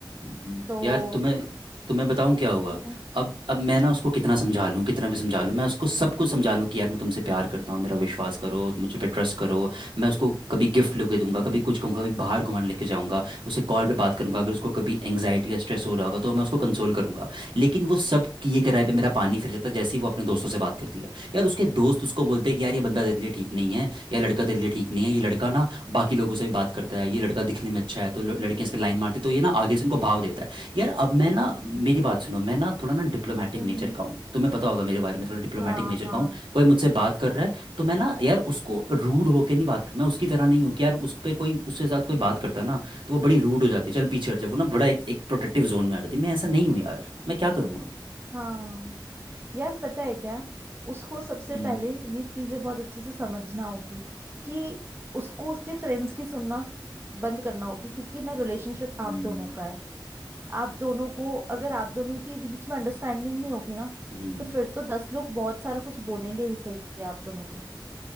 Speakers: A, on the right (about 80°); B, on the right (about 25°).
A: हम्म,
B: तो
A: यार तुम्हें तुम्हें बताऊं क्या हुआ
B: हम्म
A: अब अब मैं ना उसको कितना समझा लूं कितना भी समझा लूं मैं उसको सब कुछ समझा लूं कि यार मैं तुमसे प्यार करता हूँ मेरा विश्वास करो मुझे पे ट्रस्ट करो मैं उसको कभी गिफ्ट लेके दूंगा कभी कुछ कहूँगा कभी बाहर घुमाने लेके जाऊंगा उसे कॉल पे बात करूंगा अगर उसको कभी एंग्जाइटी या स्ट्रेस हो रहा होगा तो मैं उसको कंसोल करूंगा लेकिन वो सब किए कराए पे मेरा पानी फिर जाता है जैसे ही वो अपने दोस्तों से बात करती है यार उसके दोस्त उसको बोलते हैं कि यार ये बंदा तेरे लिए ठीक नहीं है या लड़का तेरे लिए ठीक नहीं है ये लड़का ना बाकी लोगों से भी बात करता है ये लड़का दिखने में अच्छा है तो ल- लड़कियां इस पे लाइन मारती तो ये ना आगे से इनको भाव देता है यार अब मैं ना मेरी बात सुनो मैं ना थोड़ा ना डिप्लोमेटिक
B: हम्म
A: नेचर
B: हम्म,
A: का हूँ तुम्हें पता होगा मेरे बारे में थोड़ा डिप्लोमेटिक
B: हाँ
A: नेचर
B: हाँ
A: का हूँ कोई मुझसे बात कर रहा है तो मैं ना यार उसको रूड होकर नहीं बात करता मैं उसकी तरह नहीं हूँ कि यार उस पे कोई उसके साथ कोई बात करता है ना तो वो बड़ी रूड हो जाती है चल पीछे हट जाए वो ना बड़ा एक, एक प्रोटेक्टिव जोन में आ जाती है मैं ऐसा नहीं हूँ यार मैं क्या करूँ अब
B: हाँ यार पता है क्या उसको सबसे
A: हम्म
B: पहले ये चीजें बहुत अच्छे से समझना होगी कि उसको उसके फ्रेंड्स की सुनना बंद करना होगी क्योंकि ना रिलेशनशिप आप
A: हम्म,
B: दोनों का है आप दोनों को अगर आप दोनों के बीच में अंडरस्टैंडिंग नहीं होगी ना
A: हम्म।
B: तो फिर तो दस लोग बहुत सारा कुछ बोलेंगे ही सही आप दोनों को